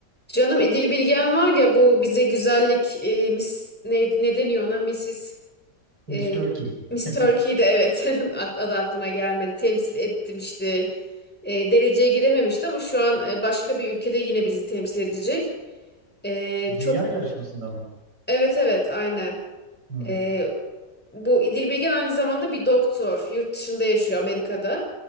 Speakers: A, in the centre; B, on the right.
A: Canım İdil Bilgen var ya bu bize güzellik e, mis ne, ne deniyor ona Mrs.
B: Miss
A: e,
B: Turkey.
A: Miss
B: <laughs>
A: Turkey'de evet <laughs> ak- adı aklıma gelmedi temsil etmişti E, dereceye girememişti ama şu an e, başka bir ülkede yine bizi temsil edecek E,
B: Dünya
A: çok
B: yarışmasında mı?
A: evet evet aynen
B: Hmm.
A: ee, bu İdil aynı zamanda bir doktor. Yurt dışında yaşıyor Amerika'da.